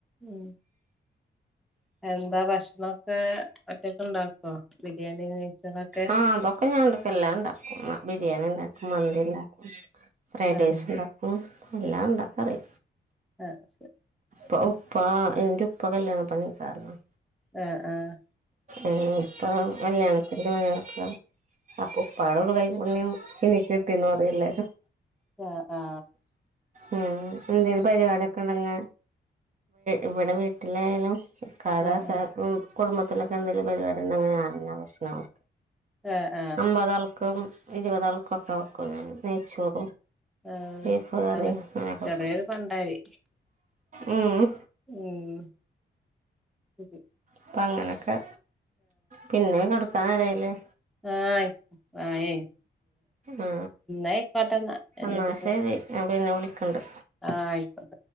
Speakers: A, in the centre; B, on the right.
A: ഉം എന്താ ഭക്ഷണൊക്കെ ഒറ്റക്ക് ഉണ്ടാക്കോ ബിരിയാണി നെയ്ച്ചോറൊക്കെ
B: ആ അതൊക്കെ ഞാൻ ഇണ്ടാക്കലാണ്ട എല്ലാം ഉണ്ടാക്കും ബിരിയാണി ഉണ്ടാക്കും മന്തി ഉണ്ടാക്കും ഫ്രൈഡേസ്
A: ആഹ്
B: ഉണ്ടാക്കും എല്ലാം ഉണ്ടാക്കാറിയ
A: ആഹ് ശരി
B: പ്പ ഇപ്പ എന്ത് ഇപ്പ കല്യാണം പണിക്കാരണം
A: ആഹ ഉഹ
B: ആ ഇപ്പൊ കല്യാണത്തിന്റെറെ വളികൾക്ക അപ്പൊ ഇപ്പാട ഒരു കൈപ്പുണ്യം ഇനി കിട്ടിയന്ന് പറയുല്ലാരും
A: ആഹ ആഹ
B: ഉം എന്തേും പരിപാടൊക്കെ ഉണ്ടങ്ങാ ഇവിടെ വീട്ടിലായാലും ഈക്കാടെ
A: ആഹ്
B: കുടുംബത്തിലൊക്കെ എന്തെങ്കിലും പരിപാടി ഉണ്ടങ്ങനെയാ പ്രശ്നമായി
A: ആഹ് ആഹ്
B: അമ്പതാൾക്കും ഇരുപതാൾക്കും ഒക്കെ വയ്ക്കും ഞാൻ നെയ്ച്ചോറും
A: ആഹ
B: ബീഫ് കറിയും
A: അപ്പ
B: അങ്ങനൊക്കെ
A: ചെറിയൊരു
B: വെക്കും
A: പണ്ടായി
B: ഉം
A: ഉം ശ
B: അപ്പ അങ്ങനെയൊക്കെ പിന്നെ കെടുക്കാൻരയില്ലേ
A: ആഹ ആായ
B: ആ
A: ആയിക്കോട്ടെന്നാ എന്നപ്പ
B: എന്നാ ശരി ഞാൻ പിന്നെ വിളിക്കണ്ട്
A: ആഹ ആയിക്കോട്ടെ